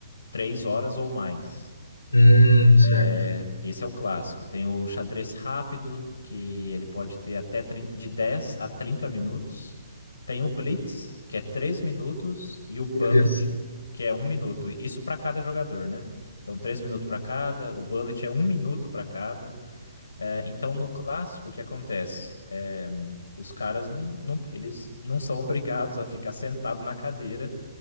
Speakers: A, on the left; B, on the left.
A: três horas ou mais.
B: Hum, certo.
A: É, Esse é o clássico. Tem o xadrez rápido, que ele pode ter até 30 de 10 a 30 minutos. Tem o blitz, que é 3 minutos, e o bullet,
B: Meu Deus.
A: que é um minuto. Isso para cada jogador, né? Então, 3 minutos para cada, o bullet é um minuto para cada. É, então, no clássico, o que acontece? É, os caras não, não- eles não são <laughs> obrigados a ficar sentado na cadeira,